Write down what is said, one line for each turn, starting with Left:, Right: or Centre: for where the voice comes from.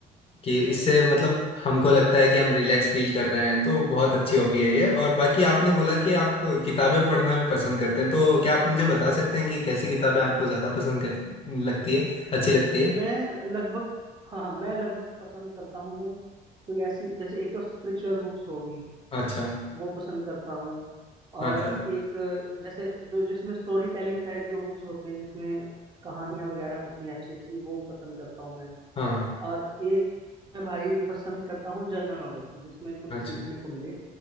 Left: कि इससे मतलब हमको लगता है कि हम रिलैक्स फील कर रहे हैं तो बहुत अच्छी हॉबी है ये और बाकी आपने बोला कि आप किताबें पढ़ना भी पसंद करते हैं तो क्या आप मुझे बता सकते हैं कि कैसी किताबें आपको ज़्यादा पसंद कर लगती है अच्छी लगती है
Right: मैं लगभग हाँ हाँ मैं लगभग पसंद करता हूँ कोई ऐसी जैसे एक तो स्पिरिचुअल बुक्स होगी
Left: अच्छा
Right: वो पसंद करता हूँ
Left: अच्छा
Right: और एक जैसे जो जिसमें स्टोरी टेलिंग टाइप जो बुक्स होती हैं जिसमें कहानियाँ वगैरह होती हैं अच्छी अच्छी वो पसंद करता हूँ मैं
Left: हाँ हाँ
Right: और एक मैं भाई पसंद करता हूँ जनरल नॉलेज की जिसमें कुछ
Left: अच्छा
Right: सीखने को मिले